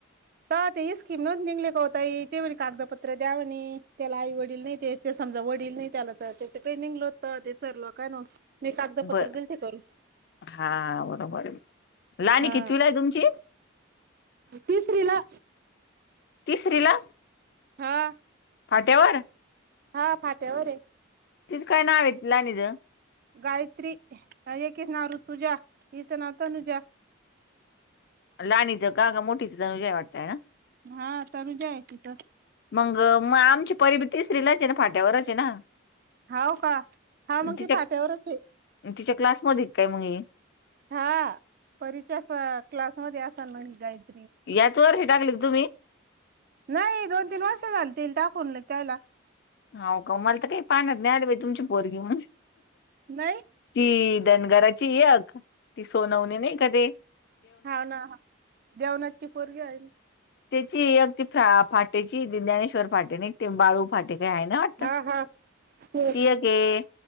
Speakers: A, on the right; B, on the left.
A: तर ते ही स्कीम न निघले का हो ताई ते म्हणी कागदपत्र द्या म्हणे त्याला आई वडील नाही ते ते समजा वडील नाय त्याला तर त्या काय निगल होत ते सरलं काय नं हे कागदपत्र
B: बर
A: दिलते करून
B: हा बरोबर आहे लाणी
A: हा
B: कितवीला तुमची
A: तिसरीला
B: तिसरीला
A: हा
B: फाट्यावर
A: हा फाट्यावर ये.
B: तिचं काय नाव येत लहानिचं
A: गायत्री एककी च नाव ऋतुजा हीच नाव तनुजा
B: लाणीचं का ग मोठीचं चागं हे वाटतंय ना
A: हा तनुजा आहे तिचं
B: मंग म आमची पर बी तिसरीलाच ये ना फाट्यावरच ये ना.
A: हाव का हा मग ती
B: तिच्या
A: फट्यावरच ये.
B: तिच्या क्लासमधी काय मंग ही
A: हा परीच्याच क्लासमध्ये असल मग जाईत.
B: याच वर्षी टाकली का तुम्ही
A: नाही दोन तीन वर्ष झालतील टाकून त्याला
B: हाव का मला तर काय पाहण्यात नाय आली बाई तुमची पोरगी म्हणून
A: नाही
B: ती धनगराची एक ती सोनवणी नाय का ती
A: हाव ना हा देवणात ची पोरगी हाय नं
B: त्याची एक ती फा फाटेची ज्ञानेश्वर फाटे नय का ते बाळू फाटे काय हाय ना. वाटतं
A: हा हा ते
B: ती एक ये